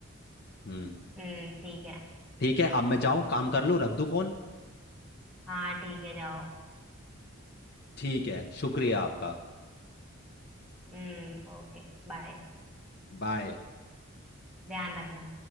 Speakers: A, on the left; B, in the centre.
A: हम्म
B: हम्म ठीक है
A: ठीक है अब मैं जाऊँ काम कर लूँ रख दूँ फोन
B: हाँ ठीक है जाओ
A: ठीक है शुक्रिया आपका
B: हम्म ओके बाय
A: बाय
B: ध्यान रखना